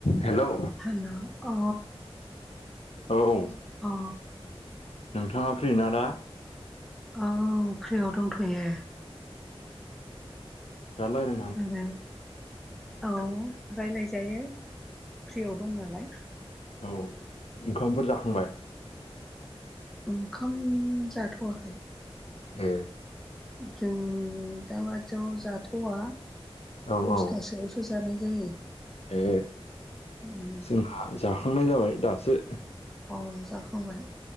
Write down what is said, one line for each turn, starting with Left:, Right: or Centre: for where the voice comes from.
Left: हेल'
Centre: hello अ
Left: औ औ
Centre: औ
Left: नोंथाङा फ्रिना दा
Centre: औ फ्रियाव दंथ'यो
Left: जल आरो
Centre: आरो औ रायज्लायजायो फ्रियाव दं नालाय
Left: औ ओंखामफोर जाखांबाय
Centre: ओंखाम जाथ'वाखै
Left: ए
Centre: जों दाबादियाव जाथ'वा
Left: औ
Centre: दसथासो
Left: औ
Centre: सुजानाय जायो
Left: ए
Centre: उम,
Left: जोंहा जाखांनाय जाबाय दासो
Centre: अ जाखांबाय